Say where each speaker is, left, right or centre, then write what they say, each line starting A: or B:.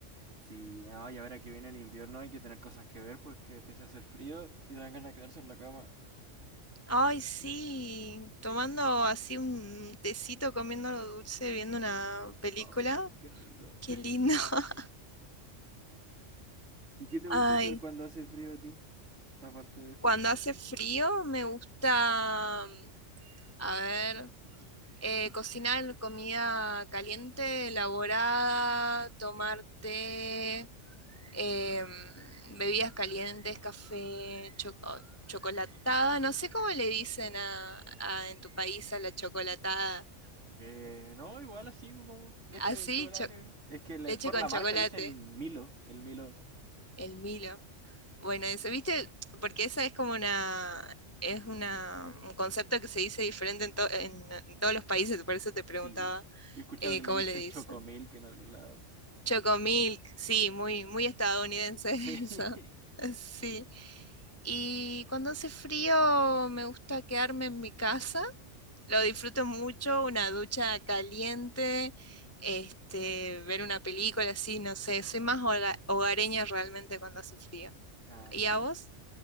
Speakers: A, on the right; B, on the left.
A: Sí, no, y ahora que viene el invierno hay que tener cosas que ver porque empieza a hacer frío. Y dan ganas de quedarse en la cama.
B: Ay, sí, tomando así un tecito, comiendo algo dulce, viendo una película.
A: Oh, qué rico.
B: Qué lindo. <laughs>
A: ¿Y qué te gusta
B: Ay,
A: hacer cuando hace frío a ti? Aparte de eso.
B: cuando hace frío me gusta, a ver, eh, cocinar comida caliente, elaborada, tomar té. eh, bebidas calientes, café, cho- chocolatada, no sé cómo le dicen a, a- en tu país a la chocolatada,
A: Que no, igual así como leche
B: así,
A: con chocolate.
B: cho-
A: Es que le-
B: leche
A: por
B: con
A: la
B: chocolate,
A: marca le dicen Milo, el Milo.
B: el Milo. Bueno, eso, ¿viste? Porque esa es como una, es una, un concepto que se dice diferente en, to- en- en todos los países, por eso te preguntaba
A: Sí. Yo he escuchado
B: eh,
A: que le
B: cómo
A: dicen
B: le dicen.
A: Chocomilk en algún lado.
B: Chocomilk, sí, muy, muy estadounidense
A: Sí.
B: <laughs>
A: <laughs>
B: eso. Sí. Y cuando hace frío me gusta quedarme en mi casa, lo disfruto mucho, una ducha caliente, este, ver una película así, no sé, soy más hoga- hogareña realmente cuando hace frío.
A: Ah,
B: ¿Y
A: sí.
B: a vos?